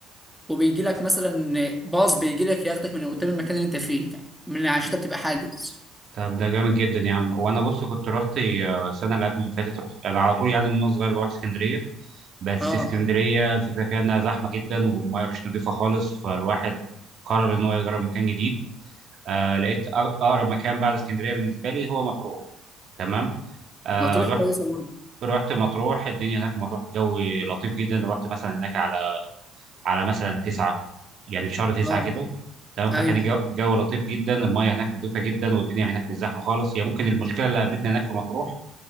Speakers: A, in the centre; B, on the right.
A: وبيجي لك مثلا باص بيجي لك ياخدك من قدام المكان اللي انت فيه ده من عشان انت بتبقى حاجز
B: طب ده جامد جدا يا عم وانا بص كنت رحت آه، السنه اللي قبل اللي فاتت رحت انا على طول يعني من وانا صغير بروح اسكندريه بس
A: اه
B: اسكندريه الفكره فيها انها زحمه جدا والميه مش نظيفه خالص فالواحد قرر ان هو يجرب مكان جديد آه لقيت أق- اقرب مكان بعد اسكندريه بالنسبه لي هو مطروح تمام آه
A: مطروح
B: رحت
A: كويسه برضه
B: رحت مطروح الدنيا هناك في مطروح جو لطيف جدا رحت مثلا هناك على على مثلا تسعة يعني في شهر تسعة
A: اه
B: كده تمام فكان
A: ايوه
B: الجو الجو لطيف جدا المياه هناك نظيفة جدا والدنيا هناك مش زحمة خالص هي ممكن المشكلة اللي قابلتنا هناك في مطروح